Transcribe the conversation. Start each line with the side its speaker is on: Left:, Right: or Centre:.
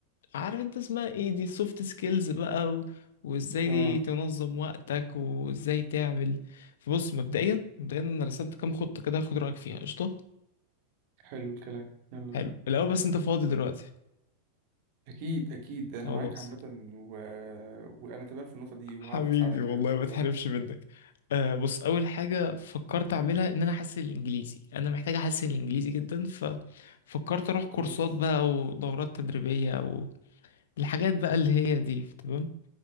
Left: عارف انت اسمها ايه دي سوفت سكيلز بقى و... وازاي
Right: اه
Left: تنظم وقتك وازاي تعمل فبص مبدئيا مبدئيا انا رسمت كام خطه كده هاخد رايك فيها قشطه
Right: حلو الكلام يلا
Left: حلو
Right: بينا
Left: الاول بس انت فاضي دلوقتي
Right: اكيد اكيد انا
Left: خلاص
Right: معاك عامه و... وانا تمام في النقطه دي وهعرف
Left: حبيبي
Right: اساعدك
Left: والله
Right: يعني ان شاء
Left: ما
Right: الله
Left: تحرمش منك آه بص اول حاجه فكرت اعملها ان انا احسن الانجليزي انا محتاج احسن الانجليزي جدا ففكرت اروح كورسات
Right: كويس
Left: بقى ودورات تدريبيه او الحاجات بقى اللي هي دي تمام